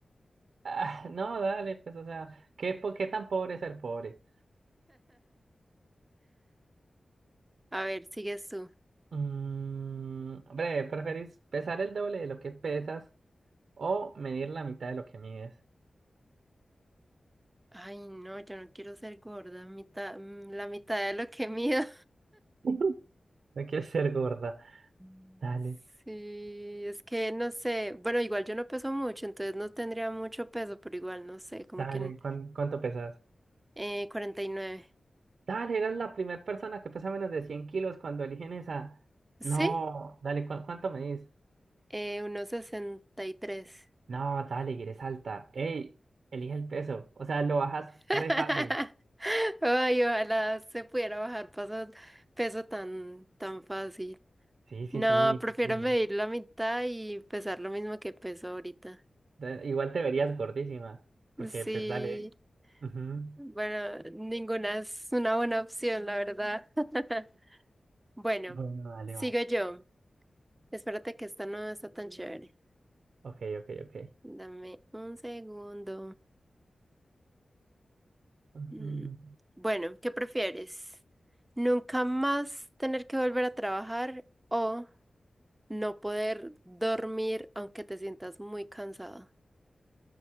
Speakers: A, on the right; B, on the right.
A: Ah, no, dale, pues, o sea, ¿qué, po- qué tan pobre es ser pobre?
B: A ver, sigues tú.
A: Mm, hombre, ¿preferís pesar el doble de lo que pesas o medir la mitad de lo que mides?
B: Ay, no, yo no quiero ser gorda, mitad, mm, la mitad de lo que mido.
A: <laughs> No quieres ser gorda.
B: <laughs>
A: Dale,
B: Sí, es que no sé. Bueno, igual yo no peso mucho, entonces no tendría mucho peso, pero igual no sé, como
A: dale,
B: que en-
A: ¿cuán- ¿cuánto pesas?
B: eh, cuarenta y nueve.
A: Dale, eras la primera persona que pesa menos de 100 kilos cuando eligen esa.
B: Sí,
A: No, dale, ¿cu- cuánto medís?
B: eh, unos 63.
A: No, dale, y eres alta. Ey, elige el peso. O sea, lo bajas
B: <laughs>
A: re fácil.
B: Ay, ojalá se pudiera bajar paso, peso tan, tan fácil.
A: Sí, sí,
B: No,
A: sí.
B: prefiero
A: sí, sí, sí.
B: medir la mitad y pesar lo mismo que peso ahorita.
A: Da- Igual te verías gordísima, porque
B: Sí,
A: pues dale. Ujú.
B: bueno, ninguna es una buena opción, la verdad. <laughs> Bueno,
A: Bueno, dale,
B: sigo
A: va.
B: yo. Espérate que esta no está tan chévere.
A: Ok, ok, ok.
B: Dame un segundo.
A: Ujú.
B: Mm, Bueno, ¿qué prefieres? ¿Nunca más tener que volver a trabajar o no poder dormir aunque te sientas muy cansado?